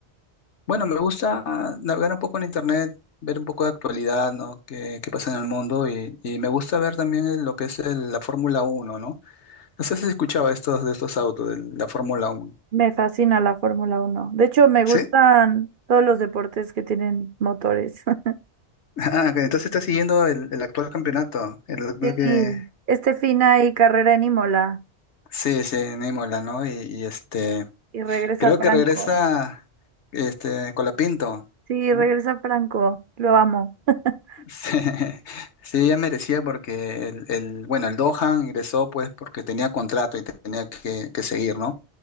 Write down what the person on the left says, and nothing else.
Bueno, me gusta navegar un poco en internet, ver un poco de actualidad, ¿no? Qué, qué pasa en el mundo y, y me gusta ver también el- lo que es el- la Fórmula Uno, ¿no? No sé si has escuchado estos, de estos autos, de la Fórmula Uno?
¿Sí? <laughs>
Ah, ok, entonces estás siguiendo el, el actual campeonato, el actual
que...
Sí, sí, en ¿no? Y, y, este,
creo
que regresa este, Colapinto,
¿no?
Sí, <laughs> sí, ya merecía porque el, el- bueno, el Dohan ingresó pues porque tenía contrato y tenía que, que seguir, ¿no?